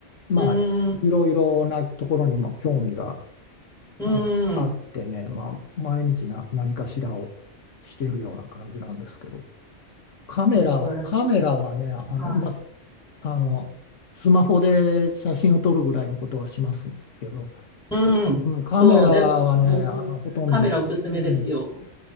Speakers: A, on the left; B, in the centre.
A: まあ、
B: うん、
A: いろいろなところにも興味が、
B: うん。
A: うん、あってね、まあ、毎日な何かしらをしているような感じなんですけど、カメラ、
B: いや、素晴らしい。
A: カメラはね、あの、
B: は
A: まああの、スマホで写真を撮るぐらいのことはしますけど、
B: い。うん。
A: うん、カメラはね、
B: そう、でも、
A: あほとんど、
B: カメラおすすめですよ。
A: うん、